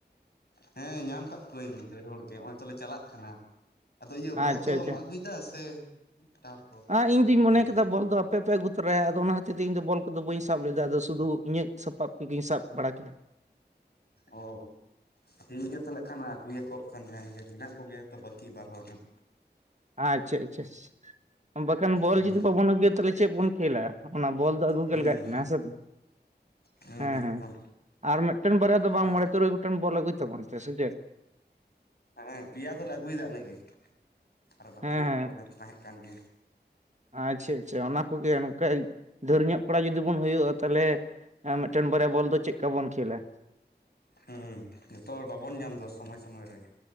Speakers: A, on the left; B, on the right.
A: ᱦᱮᱸ ᱧᱟᱢ ᱠᱟᱜ ᱠᱩᱣᱟᱹᱧ ᱰᱷᱟᱹᱨ ᱦᱚᱲ ᱜᱮ ᱦᱚᱜᱼᱚᱭ ᱛᱚᱞᱮ ᱪᱟᱞᱟᱜ ᱠᱟᱱᱟ᱾ ᱟᱫᱚ ᱤᱭᱟᱹ ᱵᱚᱞ
B: ᱟᱪᱪᱷᱟ
A: ᱫᱚᱢ
B: ᱟᱪᱪᱷᱟ
A: ᱟᱹᱜᱩᱭᱮᱫᱟ ᱥᱮ ᱮᱴᱟᱜ ᱦᱚᱲ ᱠᱚ
B: ᱟ ᱤᱧ ᱫᱩᱧ
A: ᱟᱹᱜᱩᱭᱮᱫᱟ?
B: ᱢᱚᱱᱮ ᱠᱮᱫᱟ ᱵᱚᱞ ᱫᱚ ᱟᱯᱮ ᱯᱮ ᱟᱹᱜᱩ ᱛᱚᱨᱟᱭᱟ ᱟᱫᱚ ᱚᱱᱟ ᱟᱯᱮ ᱯᱮ ᱟᱜᱩ ᱛᱚᱨᱟᱭᱟ ᱟᱫᱚ ᱚᱱᱟ ᱦᱚᱛᱮᱡ ᱛᱮ ᱤᱧ ᱫᱚ ᱵᱚᱞ ᱠᱚᱫᱚ ᱵᱟᱹᱧ ᱥᱟᱵ ᱞᱮᱫᱟ ᱟᱫᱚ ᱥᱩᱫᱩ ᱤᱧᱟᱹᱜ ᱥᱟᱯᱟᱵ ᱠᱚᱜᱮᱧ ᱥᱟᱵ ᱵᱟᱲᱟ ᱠᱮᱫᱟ᱾
A: ᱚ ᱴᱷᱤᱠ ᱜᱮᱭᱟ ᱛᱟᱦᱚᱞᱮ ᱠᱷᱟᱱ ᱟᱹᱜᱩᱭᱟᱠᱚ ᱠᱷᱟᱱ ᱡᱟᱦᱟᱸᱭ ᱜᱮ ᱢᱮᱱᱟᱜ ᱠᱚᱜᱮᱭᱟ ᱛᱚ ᱵᱟᱹᱠᱤ ᱵᱟᱨ ᱦᱚᱲ ᱜᱟᱱ᱾
B: ᱟᱪᱪᱷᱟ ᱟᱪᱪᱷᱟ ᱵᱟᱠᱷᱟᱱ ᱵᱚᱞ
A: ᱦᱩᱸ
B: ᱡᱩᱫᱤ ᱵᱟᱵᱚᱱ ᱟᱹᱜᱩᱭᱟ ᱛᱟᱦᱚᱞᱮ ᱪᱮᱜ ᱵᱚᱱ ᱠᱷᱮᱞᱟ? ᱚᱱᱟ ᱵᱚᱞ ᱫᱚ ᱟᱹᱜᱩ
A: ᱦᱩᱸ
B: ᱜᱮ ᱞᱟᱜᱟᱜ ᱠᱟᱱᱟ ᱦᱮᱸ ᱥᱮ
A: ᱦᱩᱸ
B: ᱦᱮᱸ
A: ᱮᱠᱫᱚᱢ
B: ᱦᱮᱸ ᱟᱨ ᱢᱤᱜᱴᱮᱱ ᱵᱟᱨᱭᱟ ᱫᱚ ᱵᱟᱝ
A: ᱟᱨ
B: ᱢᱚᱬᱮ ᱛᱩᱨᱩᱭ ᱜᱚᱴᱮᱱ ᱵᱚᱞ ᱟᱹᱜᱩᱭ ᱛᱟᱵᱚᱱ ᱯᱮ ᱥᱮ ᱪᱮᱫ᱾
A: ᱦᱮᱸ ᱯᱮᱭᱟ ᱫᱚᱞᱮ ᱟᱹᱜᱩᱭᱮᱫᱟ ᱟᱞᱮ ᱜᱮ ᱟᱨ ᱵᱟᱹᱠᱤᱭᱟᱜ
B: ᱦᱮᱸ ᱦᱮᱸ
A: ᱠᱚ ᱚᱱᱮ ᱛᱟᱦᱮᱸ ᱠᱟᱱ ᱜᱮᱭᱟ᱾
B: ᱟᱪᱪᱷᱟ ᱟᱪᱪᱷᱟ ᱚᱱᱟ ᱠᱚᱜᱮ ᱚᱱᱠᱟ ᱰᱷᱟᱹᱨ ᱧᱚᱜ ᱠᱚᱲᱟ ᱡᱩᱫᱤ ᱵᱚᱱ ᱦᱩᱭᱩᱜᱼᱟ ᱛᱟᱦᱚᱞᱮ ᱢᱤᱫᱴᱮᱱ ᱵᱟᱨᱭᱟ ᱵᱚᱞ ᱫᱚ ᱪᱮᱜ ᱠᱟ ᱵᱚᱱ ᱠᱷᱮᱞᱟ᱾
A: ᱦᱩ ᱡᱚᱛᱚ ᱦᱚᱲ ᱵᱟᱵᱚᱱ ᱧᱟᱢ ᱫᱚ ᱥᱚᱢᱚᱭ ᱥᱚᱢᱚᱭ ᱨᱮ᱾